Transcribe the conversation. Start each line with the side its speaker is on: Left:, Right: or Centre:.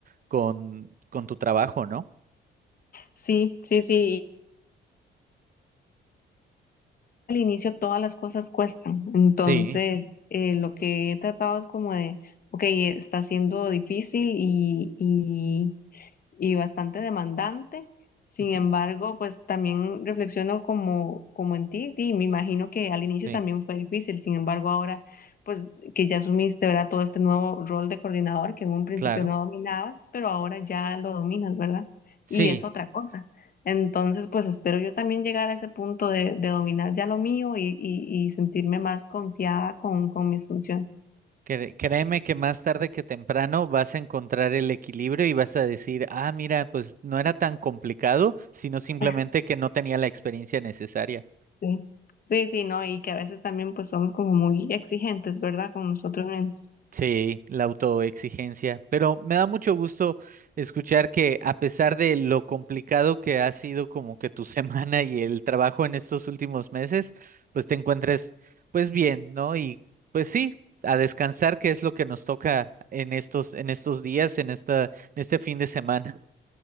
Right: con, con tu trabajo, ¿no?
Left: Sí, sí, sí. Al inicio todas las cosas cuestan. Entonces,
Right: Sí,
Left: eh, lo que he tratado es como de, ok, está siendo difícil y, y bastante demandante. Sin
Right: ujú,
Left: embargo, pues también reflexiono como, como en ti y me imagino que al inicio
Right: sí,
Left: también fue difícil. Sin embargo, ahora pues que ya asumiste, ¿verdad? Todo este nuevo rol de coordinador que en un principio
Right: claro.
Left: no dominabas, pero ahora ya lo dominas, ¿verdad?
Right: Sí,
Left: Y es otra cosa. Entonces, pues espero yo también llegar a ese punto de, de dominar ya lo mío y, y- y sentirme más confiada con, con mis funciones.
Right: cre- créeme que más tarde que temprano vas a encontrar el equilibrio y vas a decir, ah, mira, pues no era tan complicado, sino simplemente
Left: <laughs>
Right: que no tenía la experiencia necesaria.
Left: Sí, sí, sí, no, y que a veces también pues somos como muy exigentes, ¿verdad? Con nosotros mismos.
Right: Sí, la autoexigencia. Pero me da mucho gusto escuchar que a pesar de lo complicado que ha sido como que tu <laughs> semana y el trabajo en estos últimos meses, pues te encuentres pues bien, ¿no? Y pues sí, a descansar, que es lo que nos toca en estos, en estos días, en esta, en este fin de semana.